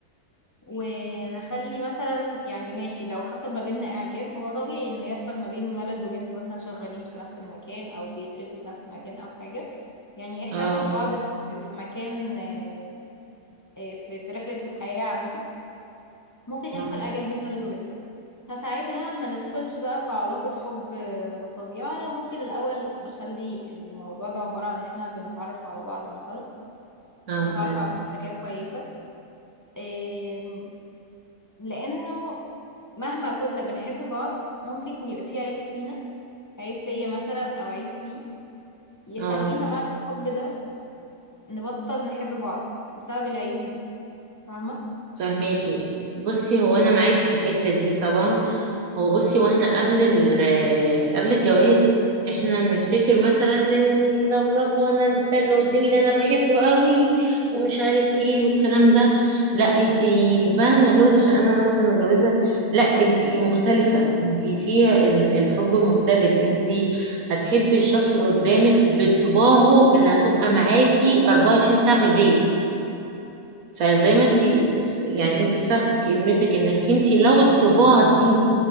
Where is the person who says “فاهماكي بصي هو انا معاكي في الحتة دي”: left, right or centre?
Right